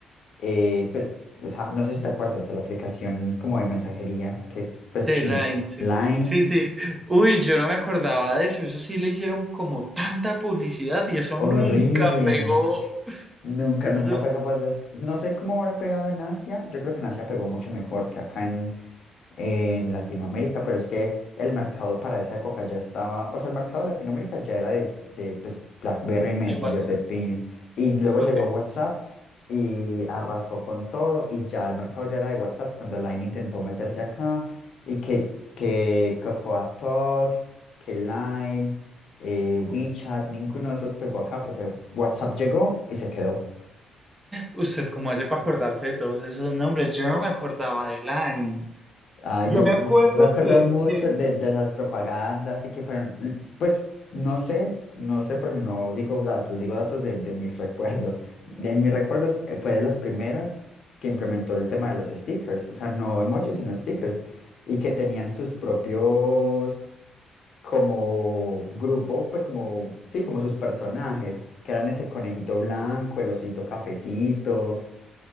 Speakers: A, on the left; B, on the right.
A: eh, pues, o sea, no sé si te acuerdas de la aplicación como de mensajería que es pues
B: The
A: China.
B: Line, sí.
A: Line,
B: Sí, sí. Uy, yo no me acordaba de eso. Eso sí le hicieron como tanta publicidad y eso
A: horrible.
B: nunca pegó.
A: Nunca,
B: Eso
A: nunca fue capaz de... hac- No sé cómo habrá pegado en Asia. Yo creo que en Asia pegó mucho mejor que acá en, en Latinoamérica, pero es que el mercado para esa época ya estaba... O sea, el mercado de Latinoamérica ya era de, de pues, BlackBerry, Messenger,
B: de WhatsApp.
A: de PIN. Y luego
B: Ok.
A: llegó WhatsApp y arrasó con todo. Y ya el mercado ya era de WhatsApp cuando Line intentó meterse acá. Y que, que Cocoa Talk, que Line eh, WeChat, ninguno de esos pegó acá porque WhatsApp llegó y se quedó.
B: ¿Usted cómo hace para acordarse de todos esos nombres? Yo no me acordaba de Line.
A: Ay,
B: Yo
A: yo, yo
B: me acuerdo
A: me acuerdo
B: que,
A: mucho
B: que
A: de, de esas propagandas y que fueron, mm, pues no sé, no sé porque no digo datos, digo datos de, de mis recuerdos. De- en mis recuerdos eh, fue de las primeras que implementó el tema de los stickers, o sea, no emojis, sino stickers, y que tenían sus propios como grupo, pues como, sí, como sus personajes, que eran ese conejito blanco, el osito cafecito.